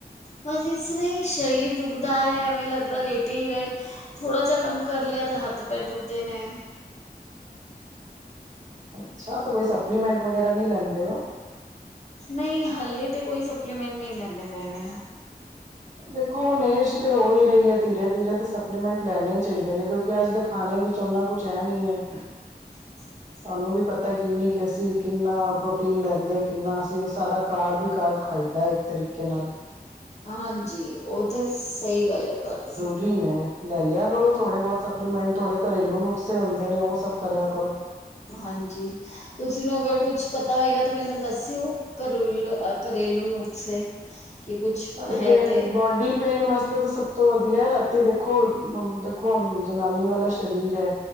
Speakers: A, on the left; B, on the right.
A: ਬਸ ਇਸ ਰ੍ਹਾਂ ਈ ਸ਼ਰੀਰ ਦੁਖਦਾ ਹੈ ਐਵੇਂ ਲਗਦਾ ਲੇਟੇ ਈ ਰਏ ਥੋੜਾ ਜੇਆ ਕੰਮ ਕਰ ਲੇਆ ਤਾਂ ਹਾਥ ਪੈਰ ਦੁਖਦੇ ਨੇ।
B: ਅੱਛਾ ਤੇ ਕੋਈ ਸਪਲੀਮੈਂਟ ਵਗੈਰਾ ਨਈ ਲੈਂਦੇ ਓ?
A: ਨਈ ਹੱਲੇ ਤੇ ਕੋਈ ਸਪਲੀਮੈਂਟ ਨਈ ਲੈਂਦੇ ਪਏ ਨੇ।
B: ਦੇਖੋ ਹੁਣੇ ਏਜ਼ ਤੇ ਹੋ ਈ ਰਈ ਏ ਧੀਰੇ-ਧੀਰੇ ਤੇ ਸਪਲੀਮੈਂਟ ਲੈਣੇ ਚਾਈਦੇ ਨੇ, ਕਿਉਂਕਿ ਆਜ ਦੇ ਖਾਣੇ ਵਿੱ ਚੰਨਾ ਕੁੱਛ ਹੈ ਨੀ ਏ।
A: <inaudible>
B: ਤਾਨੂੰ ਵੀ ਪਤਾ ਏ ਕਿੰਨੀ ਕਿ ਅਸੀਂ ਕਿੰਨਾ ਪ੍ਰੋਟੀਨ ਲੈਂਦੇ, ਕਿੰਨਾ ਅਸੀਂ ਉਹ ਸਾਰਾ ਕਾਰ ਬਿਕਾਰ ਖਾਈ ਦਾ ਏ। ਤਰੀਕੇ ਨਾਲ।
A: ਹਾਂਜੀ ਉਹ ਤੇ ਸਈ ਗੱਲ ਏ ਤੁਆਡੀ।
B: ਪ੍ਰੀ ਮੈਂ ਲੈ ਲੇਆ ਕਰੋ ਥੋੜੇ ਬੋਹਤ ਸਪਲੀਮੈਂਟ ਥੋੜੇ ਕਰੇਲੂ ਨੁਕਸੇ ਹੁੰਦੇ ਨੇ ਉਹ ਸਭ ਕਰੇਆ ਕਰੋ।
A: ਹਾਂਜੀ। ਤੁਸੀਂ ਨੂੰ ਅਗਰ ਕੁੱਛ ਪਤਾ ਹੋਏਗਾ ਤੇ ਮੈਨੂੰ ਦੱਸਿਓ, ਕਰੂਲ ਅ ਕਰੇਲੂ ਨੁਕਸੇ। ਕਿ ਕੁਛ
B: ਅਰੇ
A: ਹੈ
B: ਬੇ
A: ਤੇ
B: ਬੋਡੀ ਪੇਨ ਵਾਸਤੇ ਤਾਂ ਸਬ ਤੋਂ ਵਧੀਆ ਏ ਰਾਤੀ ਦੇਖੋ, ਮ ਦੇਖੋ ਹੁਣ ਜਨਾਨੀ ਵਾਲਾ ਸ਼ਰੀਰ ਐ